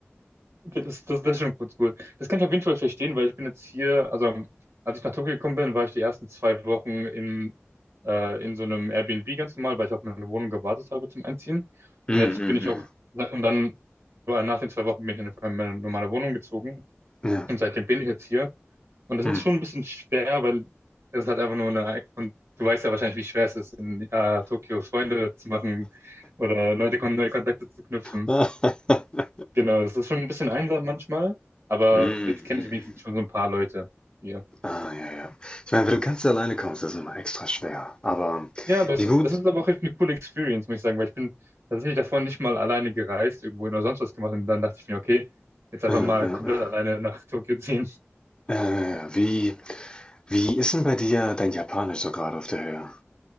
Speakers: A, on the right; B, on the left.
A: Okay, das, das, das ist schon kurz gut. Das kann ich auf jeden Fall verstehen, weil ich bin jetzt hier, also als ich nach Tokio gekommen bin, war ich die ersten zwei Wochen in, äh, in so einem Airbnb ganz normal, weil ich auf meine Wohnung gewartet habe zum Einziehen.
B: Mhm,
A: Und jetzt
B: mhm,
A: bin ich auch, und dann war nach den zwei Wochen bin ich in eine- meine normale Wohnung gezogen.
B: mhm. Ja,
A: Und seitdem bin ich jetzt hier. Und das
B: mhm.
A: ist schon ein bisschen schwer, weil es halt einfach nur eine, und du weißt ja wahrscheinlich, wie schwer es ist, in äh, Tokio Freunde zu machen oder Leute, Kon neue Kontakte zu knüpfen.
B: Mhm,
A: Genau, das ist schon ein bisschen einsam manchmal, aber
B: mhm,
A: jetzt kenne
B: mhm.
A: ich wenigstens
B: <laughs>
A: schon so ein paar Leute hier.
B: Ah, ja, ja. Ich meine, wenn du ganz alleine kommst, ist es immer extra schwer. Aber
A: Ja, aber es
B: wie
A: ist,
B: gut,
A: es ist aber auch echt eine coole Experience, muss ich sagen, weil ich bin tatsächlich davor nicht mal alleine gereist, irgendwohin oder sonst was gemacht und dann dachte ich mir, okay, jetzt einfach
B: äh, äh,
A: mal komplett alleine nach Tokio ziehen.
B: äh, äh, wie, wie ist denn bei dir dein Japanisch so gerade auf der Höhe?